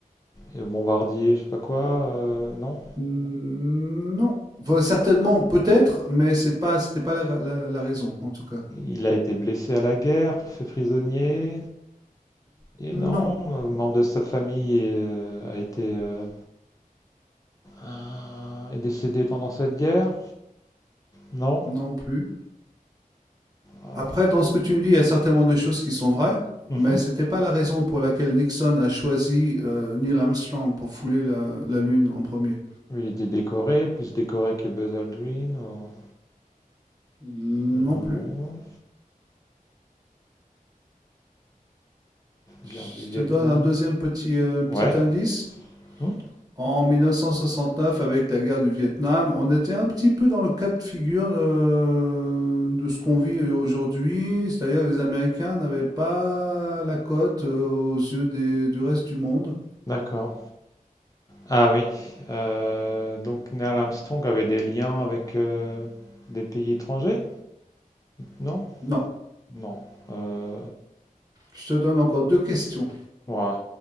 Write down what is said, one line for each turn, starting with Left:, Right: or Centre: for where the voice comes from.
Left: et au bombardier, je sais pas quoi, euh, non?
Right: Mmh, non. Enfin, certainement, peut-être, mais c'est pas, c'était pas la, la- la raison, en tout cas.
Left: Il a été blessé à la guerre, fait prisonnier, et non,
Right: Non,
Left: un membre de sa famille est, euh, a été euh, euh, est décédé pendant cette guerre, non?
Right: non plus.
Left: Euh,
Right: Après, dans ce que tu me dis, il y a certainement des choses qui sont vraies,
Left: mhm.
Right: mais c'était pas la raison pour laquelle Nixon a choisi euh, Neil Armstrong pour fouler la, la Lune en premier.
Left: Il était décoré, plus décoré que Buzz Aldrin, ou-
Right: Non
Left: non?
Right: plus. Je
Left: Guerre du Vietnam,
Right: te donne un deuxième petit, euh, petit
Left: ouais,
Right: indice.
Left: hmm,
Right: En 1969, avec la guerre du Vietnam, on était un petit peu dans le cas de figure de, de ce qu'on vit aujourd'hui, c'est-à-dire que les Américains n'avaient pas la cote euh, aux yeux des- du reste du monde.
Left: d'accord. Ah oui, euh, donc Neil Armstrong avait des liens avec euh, des pays étrangers? Non?
Right: Non,
Left: Non. Euh,
Right: je te donne encore deux questions.
Left: ouais,